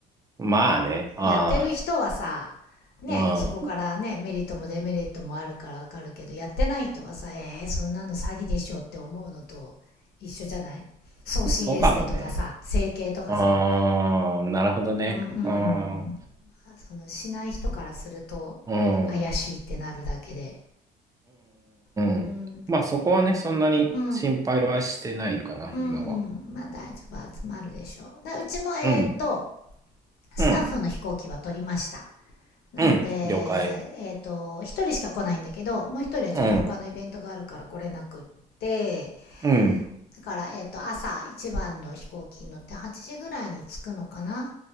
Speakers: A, on the right (about 20°); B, on the left (about 70°).
A: うん。まあね。あ
B: やってる人はさ、ね、
A: あ、
B: そこからね、
A: うん。
B: メリットもデメリットもあるからわかるけど、やってない人はさ、えー、そんなの詐欺でしょって思うのと一緒じゃない送信エステとかさ、
A: そうかもね。
B: 整形とかさ、
A: うーん。なるほどね。
B: うん、うん、
A: うん。う
B: その、しない人からすると怪しいってなるだけで、
A: ん。あああまあねああうんそうかもねああなるほどねうんうんうん
B: うん、
A: うんうんまあそこはね、そんなに心配はしてないかな、
B: うん、うん、うん、
A: 今は。
B: まあ大丈夫、集まるでしょう。だうちも、えーっと、
A: うん。
B: スタッフの飛行機は取りました。
A: うん。
B: なので、
A: うん。了解。
B: えっ、と、一人しか来ないんだけど、もう一人はちょっと他のイベントがあるから来れなくって、
A: うん、うん、
B: だから、えっ、と、朝一番の飛行機に乗って8時ぐらいに着くのかな。